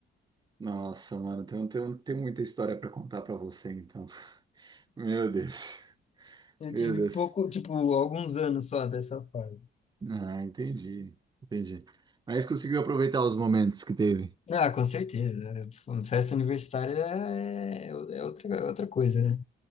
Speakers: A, on the right; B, on the left.
A: nossa, mano, tem, um, tem, um, tem muita história pra contar pra você, então. <laughs> Meu Deus,
B: Eu
A: meu
B: tive
A: Deus.
B: pouco, tipo, alguns anos só dessa fase.
A: Ah, entendi, entendi. Mas conseguiu aproveitar os momentos que teve.
B: Ah, com certeza. Festa universitária é, é outra, é outra coisa, né?